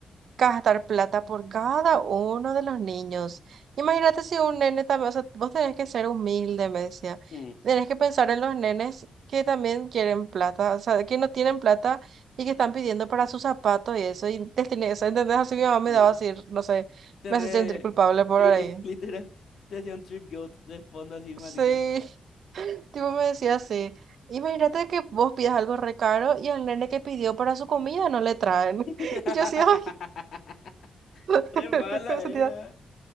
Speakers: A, on the right; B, on the left.
A: gastar plata por cada uno de los niños. Imagínate si un nene también, o sea, vos tenés que ser humilde, me decía.
B: mm,
A: Tenés que pensar en los nenes que también quieren plata, o sea, que no tienen plata y que están pidiendo para sus zapatos y eso. Y te tenés, o sea, ¿entendés? Así mi mamá me
B: mm.
A: daba así, no sé,
B: Te
A: me
B: re...
A: hace sentir culpable por
B: Sí,
A: ahí.
B: <laughs> literal. Te hacía un trip guilt de fondo así malísimo.
A: Sí, <laughs> tipo me decía así. Imagínate que vos pidas algo re caro y al nene que pidió para su comida no le traen.
B: <laughs>
A: <laughs> Y yo así, ay, <laughs>
B: Re mala
A: me sentía,
B: era.